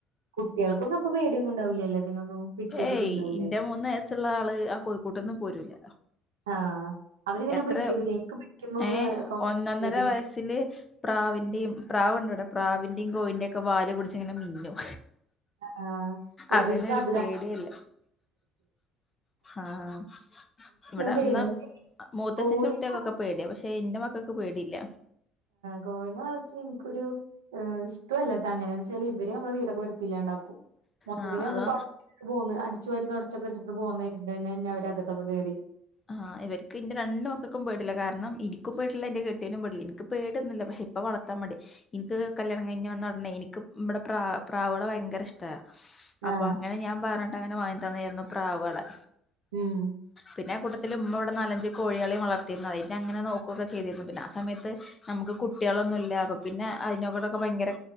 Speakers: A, on the right; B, on the left.
A: കുട്ടികൾക്കൊന്നും അപ്പൊ പേടിയൊന്നും ഉണ്ടാവില്ലല്ലോ ഇതിനൊന്നും പിടിക്കൊക്കെ
B: ഏയ്
A: ചെയ്യണ്ടാവൂലേ
B: ഇന്റെ മൂന്ന് വയസ്സുള്ള ആള് ആ കൂട്ട്ന്ന് പോരൂല്ല
A: ആഹ് അവരിതിനെ
B: എത്ര
A: പിടിക്കൊക്കെ ചെയ്യും എനിക്ക് പിടിക്കുമ്പോ കൊ
B: ഏഹ്
A: കൊക്കെ
B: ഒന്നൊന്നര
A: പിന്നെ
B: വയസ്സില് പ്രാവിന്റിം പ്രാവുണ്ടിവിടെ പ്രാവിന്റിം കോയിന്റൊക്കെ വാല് പിടിച്ച് ഇങ്ങനെ മിന്നും
A: ആഹ് ഇവർക്ക്
B: അങ്ങനെ ഒരു
A: അത്
B: പേടിയല്ല
A: കാ
B: ആഹ് ഇവിടെന്ന്
A: പേടിയാണ്
B: മൂത്തച്ചന്റെ
A: കോഴിനെ
B: കുട്ടികക്കൊക്കെ
A: വളർത്ത
B: പേടിയ പക്ഷെ ഇന്റെ മക്കക്ക് പേടില്ല
A: കോഴിനെ വളർത്തി ഇൻക്കൊരു ഇഷ്ടല്ലട്ടാ അങ്ങനന്ന് വെച്ചാൽ ഇവരേ നമ്മടെ വീടൊ ത്തില്ലാണ്ടാക്കും മൊത്തത്തില്
B: ആഹ്
A: നമ്മള്
B: അതോ
A: തൊട പോന്ന് അടിച്ചു വാരി തൊടച്ചൊക്കെ ഇട്ടിട്ട് പോന്നതേ ഇണ്ട് തന്നെ അവര് അകത്തൊക്കെ കയറി
B: ആഹ് ഇവര് ക്ക് ന്റെ രണ്ട് മക്കൾക്കും പേടില്ല കാരണം ഇനിക്കും പേടില്ല എന്റെ കെട്ട്യോനും പേടില്ല എനിക്ക് പേട്യൊന്നുല്ല പക്ഷെ ഇപ്പ വർത്താൻ മട്യാ ഇൻക്ക് കല്യാണം കഴിഞ്ഞ് വന്ന ഉടനെ ഇൻക്ക് ഇമ്മടെ പ്രാ പ്രാവോളെ ഭയങ്കര ഇഷ്ട അപ്പൊ
A: ആഹ്
B: അങ്ങനെ ഞാൻ പറഞ്ഞിട്ട് അങ്ങനെ വങ്ങി തന്നായിരുന്നു പ്രാവുകളെ
A: ഉം
B: പിന്നെ കൂട്ടത്തിൽ ഉമ്മ ഇവിടെ നാലഞ്ച് കോഴിയളിം വളർത്തിരുന്ന് അതി അങ്ങനെ നോക്കുഒക്കെ ചെയ്തിരുന്നു പിന്നെ ആ സമയത്ത് നമുക്ക് കുട്ടികളൊന്നുല്ല അപ്പൊ പിന്നെ അതിനവിടൊക്കെ ഭയങ്കര